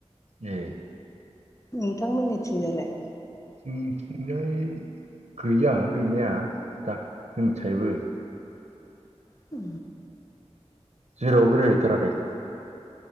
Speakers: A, on the right; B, on the left.
A: ए
B: नोंथांमोननि थिंजालाय?
A: जोंथिंजाय गैया गैनाया दा जोंनिथिजायबो
B: उ
A: जिरावबो बेरायहैथाराखै?